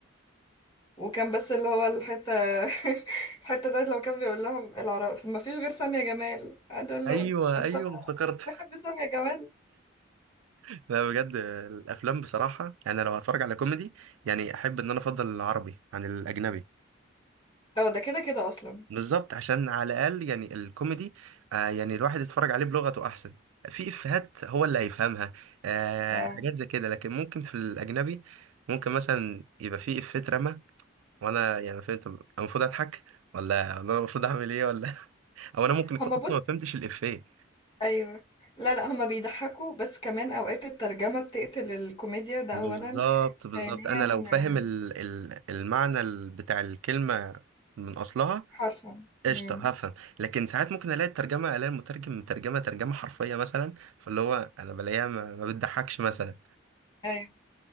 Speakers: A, on the left (about 25°); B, on the right (about 85°).
A: وكان بس اللي هو الحته <laughs> الحته بتاعت لما كان بيقول لهم العرب ما فيش غير سامية جمال قعد يقول
B: ايوه
A: له انت
B: ايوه افتكرت
A: بتحب سامية جمال
B: <laughs> لا بجد الافلام بصراحه انا لو هتفرج على كوميدي يعني احب ان انا افضل العربي عن الاجنبي
A: اه ده كده كده اصلا
B: بالظبط عشان على الاقل يعني الكوميدي آه يعني الواحد يتفرج عليه بلغته احسن في افيهات هو اللي هيفهمها آه
A: آه.
B: حاجات زي كده لكن ممكن في الاجنبي ممكن مثلا يبقى في افيه اترمى وانا يعني فهمت أنا المفروض اضحك ولا انا المفروض اعمل ايه ولا <laughs> او انا ممكن اكون
A: هما بص
B: اصلا ما فهمتش الافيه
A: ايوه لا لا هما بيضحكوا بس كمان اوقات الترجمة بتقتل الكوميديا ده
B: بالظبط
A: اولا
B: بالظبط
A: ثانيا
B: انا لو فاهم
A: آه،
B: ال- ال- المعنى ال- بتاع الكلمه من اصلها
A: حرفا
B: قشطة
A: امم
B: هفهم لكن ساعات ممكن الاقي الترجمة الاقي المترجم مترجمة ترجمة حرفية مثلا فاللي هو انا بلاقيها ما, ما بتضحكش مثلا
A: ايوه